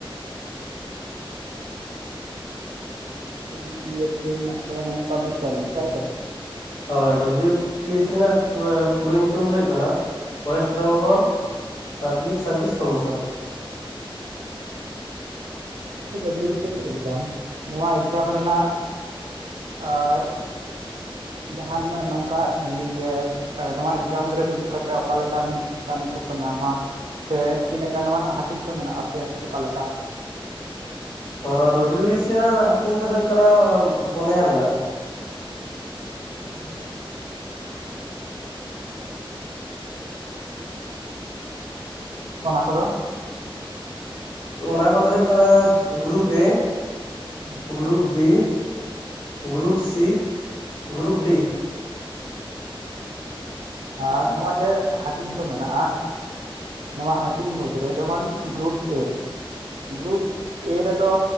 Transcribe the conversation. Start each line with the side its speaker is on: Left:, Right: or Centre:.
Right: <unintelligible> W B P S C ᱨᱮᱱᱟᱜ ᱫᱚ ᱢᱟᱱᱮ ᱯᱟᱵᱽᱞᱤᱠ ᱥᱟᱨᱵᱷᱤᱥ ᱛᱟᱭᱛᱚ?
Left: ᱦᱳᱭ ᱰᱟᱵᱽᱞᱤᱭᱩ ᱯᱤ ᱥᱤ ᱨᱮᱱᱟᱜ ᱯᱩᱨᱟᱹ, ᱯᱩᱨᱟᱹ ᱧᱩᱛᱩᱢ ᱫᱚ ᱦᱩᱭᱩᱜ ᱠᱟᱱᱟ West Bengal public service commission.
Right: W B C S exam, ᱱᱚᱣᱟ ᱮᱠᱡᱟᱢ ᱨᱮᱱᱟᱜ ᱮᱸ, ᱡᱟᱦᱟᱱᱟᱜ ᱱᱚᱝᱠᱟ ᱟᱨᱠᱤ ᱡᱮ, ᱱᱚᱣᱟ ᱮᱠᱡᱟᱢ ᱨᱮ ᱫᱩᱲᱩᱵ ᱠᱟᱛᱮᱜ ᱚᱠᱟ ᱞᱮᱠᱟᱱ ᱠᱟᱹᱢᱤ ᱠᱚᱠᱚ ᱧᱟᱢᱟ? ᱥᱮ ᱛᱤᱱᱟᱹᱜ ᱜᱟᱱ ᱱᱚᱣᱟ ᱨᱮᱱᱟᱜ ᱦᱟᱹᱴᱤᱧ ᱠᱚ ᱢᱮᱱᱟᱜ-ᱟ ᱥᱮ ᱚᱠᱟ ᱞᱮᱠᱟ?
Left: ᱚᱱᱟ ᱰᱟᱵᱽᱞᱩ ᱵᱤ ᱥᱤ ᱨᱮᱱᱟᱜ ᱦᱟᱹᱴᱤᱧ ᱫᱚ ᱦᱩᱭᱩᱜ ᱠᱟᱱᱟ ᱯᱚᱱᱭᱟ ᱢᱮᱱᱟᱜ-ᱟ᱾
Right: <unintelligible> ᱢᱟᱱᱮ ᱟᱠᱚ ᱫᱚ?
Left: ᱚᱱᱟ ᱠᱚᱫᱚ ᱦᱩᱭᱩᱜ ᱠᱟᱱᱟ ᱜᱨᱩᱯ ᱮ᱾
Right: ᱦᱩᱸ᱾
Left: Group B, group C, group D.
Right: ᱟᱨ ᱱᱚᱣᱟ ᱡᱮ ᱦᱟᱹᱴᱤᱧ ᱠᱚ ᱢᱮᱱᱟᱜ-ᱟ᱾ ᱱᱚᱣᱟ ᱦᱟᱹᱴᱤᱧ ᱢᱩᱫᱽᱨᱮ ᱡᱮᱢᱚᱱ ᱜᱨᱩᱯ ᱮ᱾ ᱜᱨᱩᱯ ᱮ ᱨᱮᱫᱚ᱾